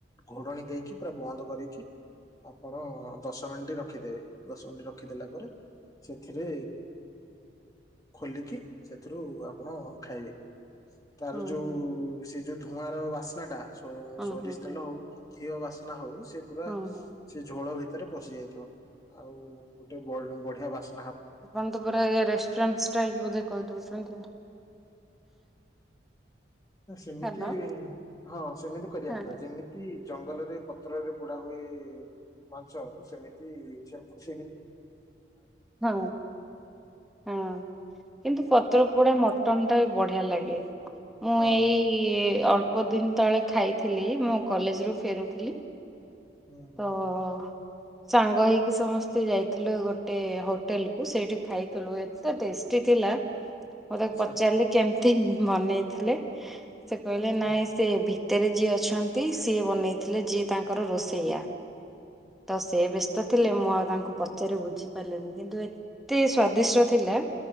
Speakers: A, on the left (about 20°); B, in the centre.
A: ଘୋଡଣ ଦେଇକି ପୁରା ବନ୍ଦ କରିକି ଆପଣ ଦଶ ମିନିଟ ରଖିଦେବେ ଦଶ ମିନିଟ ରଖିଦେଲା ପରେ ସେଥିରେ ଖୋଲିକି ସେଥିରୁ ଆପଣ ଖାଇବେ। ତାର
B: ହଁ
A: ଯୋଉ
B: ହଁ ହଁ
A: ସେଇ ଯୋଉ ଧୂଆଁ ର ବାସ୍ନା ଟା ସୋରିଷ
B: ହଁ ହଁ ହଁ
A: ତେଲ ହଉ ଘିଅ ବାସ୍ନା ହଉ ସେ ପୁରା
B: ହଁ ହଁ ହଁ।
A: ସେ ଝୋଳ ଭିତରେ ଭିତରେ ପଶି ଯାଇଥିବ ଆଉ ଗୋଟେ ବଢିଆ ବାସ
B: ଆପଣ ତ ପୁରା ରେଷ୍ଟାଣ୍ଟ ାଇଲ ବୋଧେ କହିଦଉଛନ୍ତି।
A: ସେମିତି
B: ହାଲୋ
A: ହଁ ସେମିତି କରିବା
B: ହଁ
A: କଥା ଯେମିତି ଜଙ୍ଗଲରେ ପତ୍ରରେ ପୋଡା ହୁଏ। ମାଂସ ସେମିତି ସେମତି ଖୁସି
B: ହଁ ହଁ କିନ୍ତୁ ପତ୍ର ପଡା ମଟନ ଟା ବି ବଢିଆ ଲାଗେ। ମୁଁ
A: ଆଉ
B: ଏଇ ଅଳ୍ପ ବହୁତଦିନ ତଳେ ଖାଇଥିଲି ମୁଁ କଲେଜ ରୁ ଫେରୁଥିଲି।
A: ହଁ
B: ତ
A: ହ।
B: ସାଙ୍ଗ ହେଇକି ସମସ୍ତେ ଯାଇଥିଲେୁ ଗୋଟେ ହୋଟେଲ କୁ ସେଇଠି ଖାଇଥିଲୁ ଏତେ ଟେଷ୍ଟି ଥି ଥିଲା। ମୁଁ ତାକୁ
A: ଆଚ୍ଛା
B: ପଚାରିଲି କେମିତି ବନେଇଥିଲେ ସେ କହିଲେ
A: ଓ
B: ନାଇଁ
A: ଓହୋ
B: ସେ ଭ ଭୀତରେ ଯିଏ ଅଛନ୍ତି ସିଏ ବନେଇଥିଲେ ଯିଏ ତାଙ୍କର ରୋଷେଇଆ। ତ ସେ ବି ଥିଲେ ମୁଁ ଆଉ ତାଙ୍କୁ ପଚାରି ବୁଝିପାରିଲିନି କିନ୍ତୁ ଏତେ ସ୍ଵାଦିଷ୍ଟ ଥିଲା